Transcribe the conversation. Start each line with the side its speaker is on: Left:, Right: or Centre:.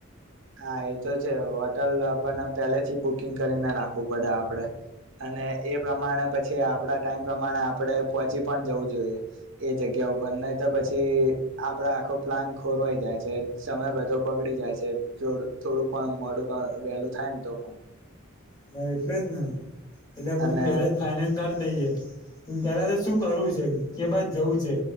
Right: હા, એ તો છે હોટલ આપણને પેલેથી બુકિંગ કરીને રાખવું પડે આપડે. અને એ પ્રમાણે પછી આપડા ટાઈમ પ્રમાણે આપણે પહોંચી પણ જવું જોઈએ એ જગ્યા ઉપર નહી તો પછી આપડા આખો પ્લાન ખોરવાઈ જાય છે. સમય બધો બગડી જાય છે. થોડું થોડુંક પણ મોડું ગ વેલું થાય ને તો પણ.
Left: ના એટલે જ ને એટલે આ બધું
Right: અને
Left: મેરેજ ફાઇનલ કાઢ દઈએ ને પેલા દૂશ શું કરવું છે કે બાદ જવું છે